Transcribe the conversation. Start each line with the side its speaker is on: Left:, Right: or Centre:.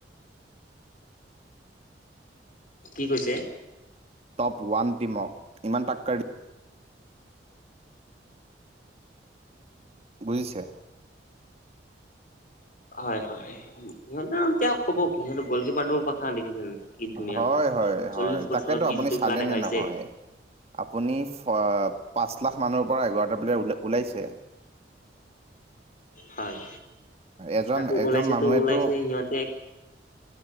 Left: কি কৈছে
Right: টপ ওৱান টিমক ইমান টাক্কাৰ বুজিছে
Left: হয় হয় সিহঁতে তেওঁক ক'ব কি সিহঁতৰ গল কিপাৰ ক কথা দেখিছে কি ধুনীয়া
Right: হয়
Left: গ'ল
Right: হয়
Left: সাৰ
Right: হয়
Left: চল্লিশ বছৰত
Right: তাকেতো আপুনি
Left: সি যিটো
Right: চালে
Left: খেলা দেখাইছে
Right: নে নহয় আপুনি পাঁচ লাখ মানৰ পৰা এগাৰটা প্লেয়াৰ ওলাইছে
Left: হয়
Right: এজন
Left: তাকো
Right: এজন
Left: ওলাইছেতো
Right: মানুহেতো
Left: ওলাইছে সিহঁতে